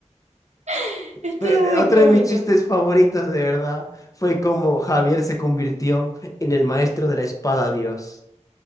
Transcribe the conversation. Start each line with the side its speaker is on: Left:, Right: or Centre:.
Right: <laughs> Estuvo
Left: Pe-
Right: muy
Left: Otro
Right: cómico.
Left: de mis chistes favoritos, de verdad, fue como Javier se convirtió en el maestro de la espada Dios.